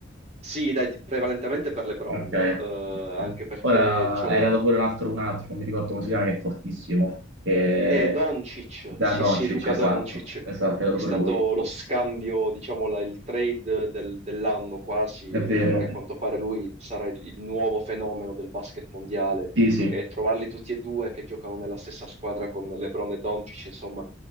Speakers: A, on the right (about 35°); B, on the right (about 70°).
A: sì, dai, prevalentemente per LeBron,
B: Ok.
A: eh, anche perché
B: Ora
A: diciamo,
B: è arrivato pure un altro, un altro, non mi ricordo come si chiama, che è fortissimo. Che...
A: Eh, Doncic,
B: Da
A: sì
B: Doncic,
A: sì, Luca
B: esatto,
A: Doncic
B: esatto, è arrivato
A: è stato
B: pure lui.
A: lo scambio, diciamo, la- il trade del- dell'anno quasi,
B: È vero.
A: perché a quanto pare lui sarà il, il nuovo fenomeno del basket mondiale
B: Sì, sì,
A: e trovarli tutti e due che giocano nella stessa squadra con LeBron e Doncic, insomma,